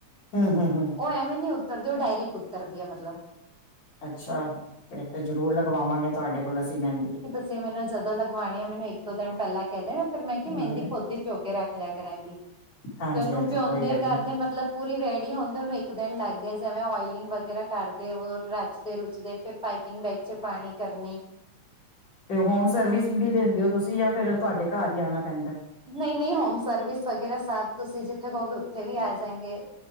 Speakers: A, on the left; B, in the centre.
A: ਹੂੰ ਹੂੰ ਹੂੰ
B: ਉਹ ਐਵੇਂ ਨੀ ਉੱਤਰਦੀ, ਉਹ ਡਾਇਰੈਕਟ ਉਤਰਦੀ ਐ ਮਤਲਬ।
A: ਅੱਛਾ, ਫਰ ਤੇ ਜ਼ਰੂਰ ਲਗਵਾਵਾਂਗੇ ਤੁਹਾਡੇ ਕੋਲ ਅਸੀਂ ਮਹਿੰਦੀ।
B: ਜੇ ਮੈਨੂੰ ਜਦੋਂ ਲਗਵਾਣੀ ਆ, ਮੈਨੂੰ ਇੱਕ ਦੋ ਦਿਨ ਪਹਿਲਾਂ ਕਹਿ ਦੇਣਾ, ਫਿਰ ਮੈਂ ਕਿਹਾ
A: ਹਾਂ
B: ਮਹਿੰਦੀ ਖੁਦ ਭਿਓ ਕੇ ਰੱਖ ਲਿਆ ਕਰਾਂਗੀ,
A: ਹਾਂਜੀ-ਹਾਂਜੀ
B: ਤੇ ਉਹਨੂੰ ਭਿਉਂਦੇ
A: ਕੋਈ ਗੱਲ
B: ਕਰਦੇ
A: ਨੀ
B: ਮਤਲਬ ਪੂਰੀ ਰੈਡੀ ਹਣਦੇ ਉਹਨੂੰ ਇੱਕ ਦਿਨ ਲੱਗ ਗਿਆ, ਜਿਵੇਂ ਓਇਲਿੰਗ ਵਗੈਰਾ ਕਰਦੇ ਉਹ ਰਚਦੇ ਰੁਚਦੇ ਫਿਰ ਪਾਈਪਿੰਗ ਬੈਗ ਚ ਪਾਣੀ ਕਰਨੀ।
A: ਤੇ ਹੋਮ ਸਰਵਿਸ ਵੀ ਦਿੰਦੇ ਹੋ, ਤੁਸੀਂ ਜਾਂ ਫਿਰ ਤੁਹਾਡੇ ਘਰ ਹੀ ਆਉਣਾ ਪੈਂਦਾ।
B: ਨਹੀਂ ਨਹੀਂ ਹੋਮ ਸਰਵਿਸ ਵਗੈਰਾ ਸਾਫ਼, ਤੁਸੀਂ ਜਿੱਥੇ ਕਹੋਗੇ ਉੱਥੇ ਵੀ ਆ ਜਾਏਗੇ।